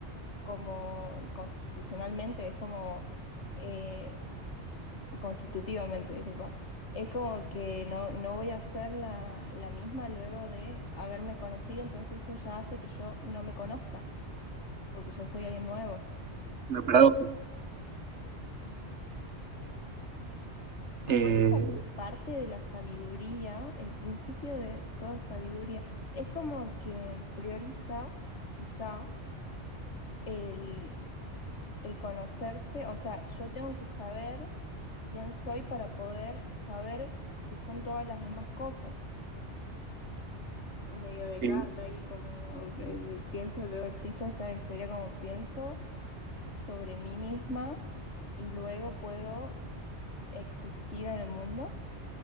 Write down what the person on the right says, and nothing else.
Una paradoja.
Eh,
eh,